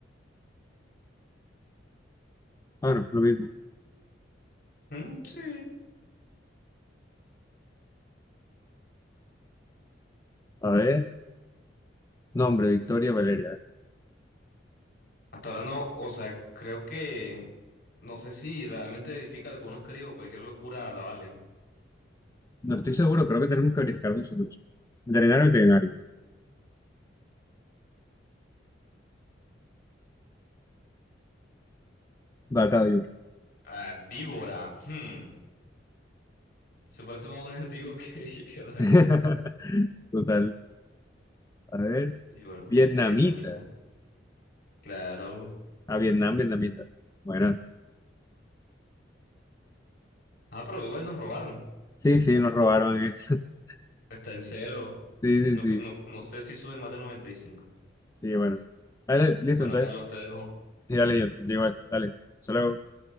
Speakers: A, on the left (about 15°); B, on the left (about 55°).
A: Bueno, lo mismo.
B: Mm, sí.
A: A ver. Nombre, Victoria Valeria.
B: Hasta ahora no. O sea, creo que. No sé si realmente verifica lo que uno escribe o cualquier locura la vale.
A: No estoy seguro, creo que tenemos que verificar nosotros. Veterinario, veterinario. Vaca de oro.
B: Ah, víbora. hmm. Se parece más a un adjetivo que, <laughs> que otra cosa.
A: <laughs> Total. A ver.
B: Y bueno,
A: Vietnamita.
B: vietnamita. Claro.
A: A Vietnam, vietnamita. Bueno.
B: Ah, pero igual nos robaron.
A: Sí, sí, nos robaron eso. <laughs>
B: Está en cero.
A: Sí, sí,
B: No,
A: sí.
B: no, no sé si sube más de 95.
A: Sí, bueno. Dale, listo,
B: Bueno,
A: entonces.
B: Carlos, te dejo.
A: Sí, dale, yo. Igual, dale. Solo